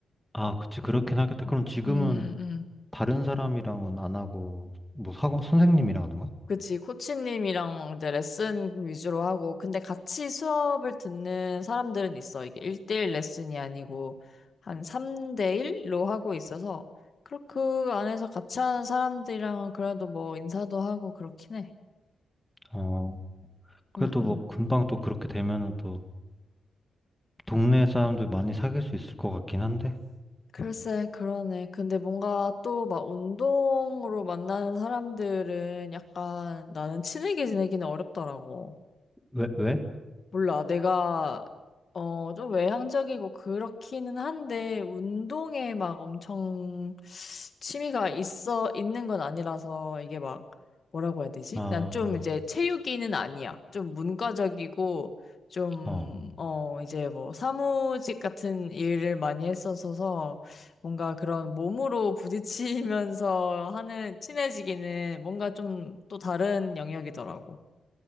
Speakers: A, in the centre; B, on the left.
A: 아, 그치, 그렇긴 하겠다. 그럼 지금은
B: 음, 음.
A: 다른 사람이랑은 안 하고, 뭐, 사고, 선생님이랑 하는 거야?
B: 그치, 코치님이랑 이제 레슨 위주로 하고, 근데 같이 수업을 듣는 사람들은 있어. 이게 1대1 레슨이 아니고, 한 3대1로 하고 있어서, 그그 안에서 같이 하는 사람들이랑은 그래도 뭐 인사도 하고 그렇긴 해.
A: 어, 그래도
B: 응, 응.
A: 뭐, 금방 또 그렇게 되면은 또, 동네 사람들 많이 사귈 수 있을 것 같긴 한데?
B: 글쎄, 그러네. 근데 뭔가 또 막 운동으로 만나는 사람들은 약간 나는 친하게 지내기는 어렵더라고.
A: 왜, 왜?
B: 몰라. 내가, 어, 좀 외향적이고 그렇기는 한데, 운동에 막 엄청 취미가 있어, 있는 건 아니라서 이게 막 뭐라고 해야 되지?
A: 아,
B: 난 좀
A: 아,
B: 이제 체육이는 아니야. 좀 문과적이고 좀,
A: 어.
B: 어, 이제 뭐 사무직 같은 일을 많이 했었어서 뭔가 그런 몸으로 부딪히면서 하는 친해지기는 뭔가 좀 또 다른 영역이더라고.